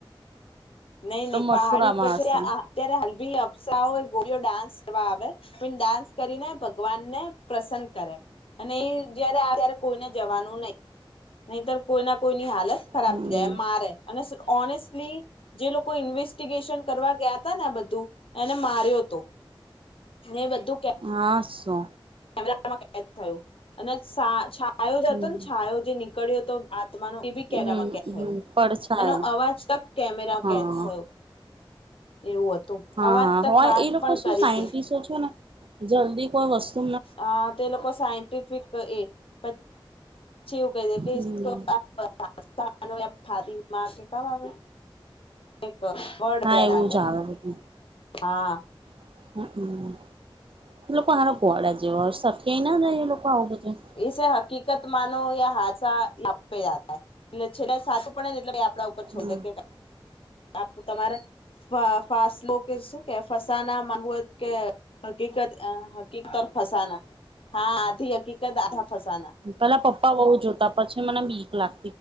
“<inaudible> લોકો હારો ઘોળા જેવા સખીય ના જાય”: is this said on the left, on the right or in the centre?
Right